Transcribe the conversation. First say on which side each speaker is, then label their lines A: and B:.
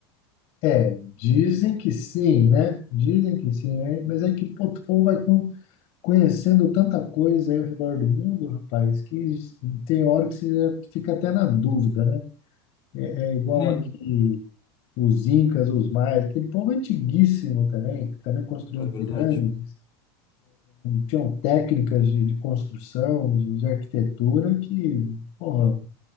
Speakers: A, on the left (about 55°); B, on the left (about 35°).
A: É, dizem que sim, né? Dizem que sim, né? Mas é que pô, o povo vai con- conhecendo tanta coisa aí ao redor do mundo, rapaz, que tem hora que você já fica até na dúvida, né? É igual
B: Hum.
A: aqui os Incas, os Maias, aquele povo antiguíssimo também, que também construíam
B: É
A: pirâmides.
B: verdade,
A: tinham técnicas de, de construção, de, de arquitetura, que, porra,